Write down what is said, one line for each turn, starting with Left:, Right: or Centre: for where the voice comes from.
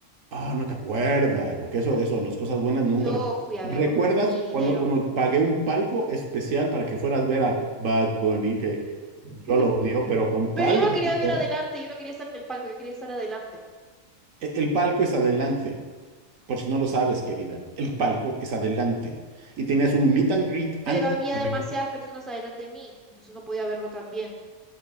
Right: Ah, no te acuerdas, porque eso, eso, las cosas buenas nunca
Centre: Yo
Right: las...
Centre: fui a
Right: ¿Recuerdas
Centre: verlos con mi dinero.
Right: cuando, cuando pagué un palco especial para que fueras a ver a Bad Bunny, que yo
Centre: Ay,
Right: lo odio, pero con tal...
Centre: Pero yo
Right: de
Centre: no
Right: recuperar?
Centre: quería ver adelante, yo no quería estar en el palco, yo quería estar adelante.
Right: E- El palco es adelante, por si no lo sabes, querida. El palco es adelante. Y tenías un meet and greet
Centre: Pero
Right: antes.
Centre: había
Right: Ok.
Centre: demasiadas personas adelante de mí, entonces no podía verlo tan bien.